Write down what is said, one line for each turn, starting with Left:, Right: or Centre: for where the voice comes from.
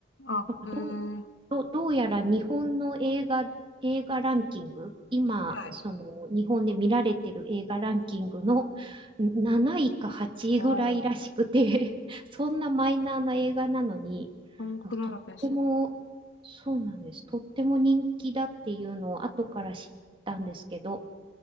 Left: あ、
Right: なんかどう、
Left: へえ。
Right: どう、どうやら日本の映画、映画ランキング、今、
Left: はい。
Right: その日本で見られてる映画ランキングのん7位か8位ぐらいらしくて
Left: お
Right: <laughs> そんなマイナーな映画なのに、
Left: コンクラーペス。
Right: なんかとっても、そうなんです。とっても人気だっていうのを後から知ったんですけど、